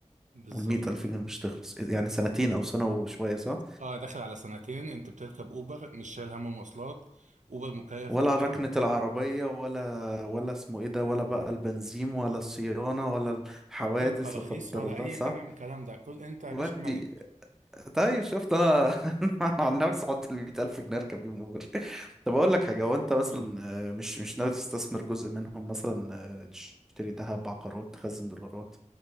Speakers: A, on the right; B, in the centre.
A: بالظبط
B: والمية ألف جنيه مش تخلص يعني سنتين أو سنة وشوية صح؟
A: اه داخل على سنتين انت بتركب اوبر مش شايل هم مواصلات اوبر مكيف
B: ولا
A: كمان
B: على ركنة العربية ولا ولا اسمه ايه ده ولا بقى البنزين ولا الصيانة ولا الحوادث
A: ولا تراخيص
B: لا قدر
A: ولا
B: الله
A: اي
B: صح
A: حاجه من الكلام ده كل انت يا
B: ودي
A: باشا ملك
B: طيب شفت انا <laughs> انا عن نفسي حط ال 100000 جنيه اركب بيهم اوبر طب اقول لك حاجة هو انت مثلا
A: قول.
B: آه، مش مش ناوي تستثمر جزء منهم مثلا آه، تشتري ذهب عقارات تخزن دولارات